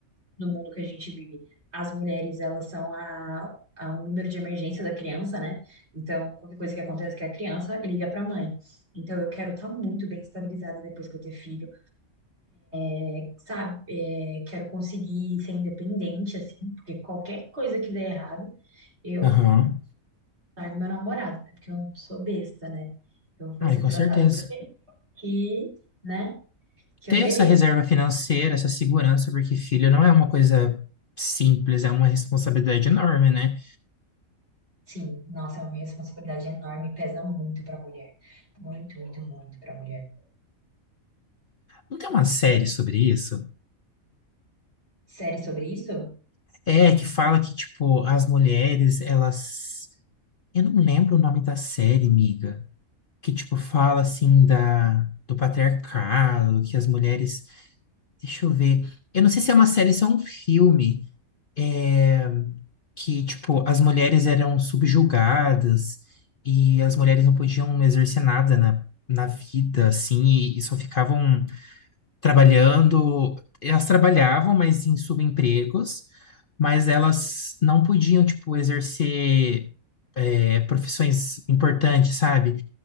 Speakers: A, on the right; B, on the left.
A: no mundo que a gente vive, as mulheres, elas são a, a um número de emergência da criança, né? Então, qualquer coisa que aconteça que a criança liga para a mãe. Então, eu quero estar muito bem estabilizada depois que eu ter filho, é, sabe? É, quero conseguir ser independente, assim, porque qualquer coisa que der errado, eu
B: aham.
A: largo meu namorado, né? Porque eu não sou besta, né? Eu vou
B: Ai,
A: ser
B: com
A: tratada
B: certeza.
A: do jeito que, né? Que
B: ter
A: eu mereço.
B: essa reserva financeira, essa segurança, porque filho não é uma coisa simples, é uma responsabilidade enorme, né?
A: Sim, nossa, é uma responsabilidade enorme, pesa muito para mulher. Muito, muito, muito para mulher.
B: Não tem uma série sobre isso?
A: Série sobre isso?
B: É, que fala que, tipo, as mulheres, elas. Eu não lembro o nome da série, miga. Que, tipo, fala assim da. Do patriarcado, que as mulheres Deixa eu ver. Eu não sei se é uma série, se é um filme. é, que, tipo, as mulheres eram subjugadas e as mulheres não podiam exercer nada na, na vida, assim, e, e só ficavam trabalhando. Elas trabalhavam, mas em subempregos, mas elas não podiam, tipo, exercer. é, profissões importantes, sabe?